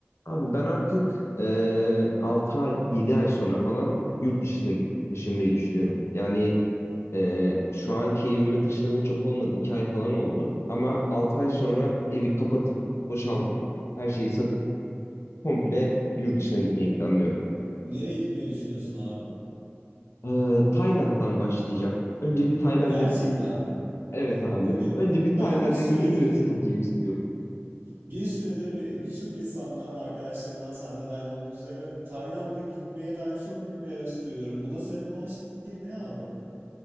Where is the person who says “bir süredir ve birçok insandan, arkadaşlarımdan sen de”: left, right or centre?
Right